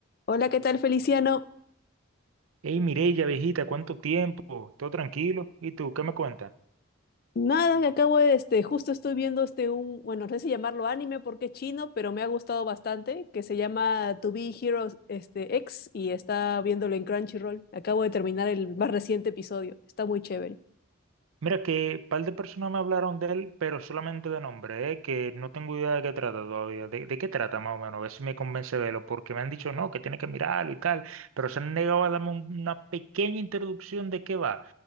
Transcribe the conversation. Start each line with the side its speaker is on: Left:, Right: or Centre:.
Left: Hola, ¿qué tal, Feliciano?
Right: Hey, Mireya, viejita, ¿cuánto tiempo? ¿Todo tranquilo? ¿Y tú qué me cuentas?
Left: Nada, que acabo de, este, justo estoy viendo este un, bueno, no sé si llamarlo anime porque es chino, pero me ha gustado bastante, que se llama To Be Heroes este, X y está viéndolo en Crunchyroll. Acabo de terminar el más reciente episodio, está muy chévere.
Right: Mira que un par de personas me hablaron de él, pero solamente de nombre, ¿eh? Que no tengo idea de qué trata todavía. ¿De, de qué trata más o menos? A ver si me convence de verlo, porque me han dicho no, que tiene que mirarlo y tal, pero se han negado a darme un- una pequeña introducción de qué va.